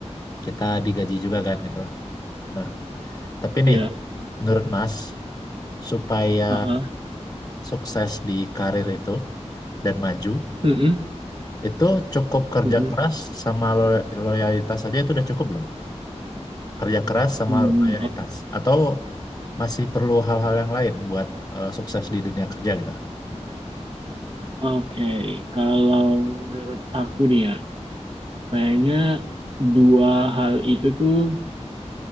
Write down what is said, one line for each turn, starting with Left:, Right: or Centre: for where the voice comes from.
Left: kita digaji juga kan gitu lah. Nah, tapi
Right: Iya.
Left: nih, menurut Mas, supaya
Right: uh-uh.
Left: sukses di karir itu dan maju,
Right: Mm-mm,
Left: Itu cukup kerja
Right: mm-mm.
Left: keras sama lo- loyalitas saja itu udah cukup belum? Kerja keras sama
Right: Hmm,
Left: loyalitas
Right: Oke,
Left: atau masih perlu hal-hal yang lain buat eh, sukses di dunia kerja gitu?
Right: Oke, Kalau menurut aku nih ya, kayaknya dua hal itu tuh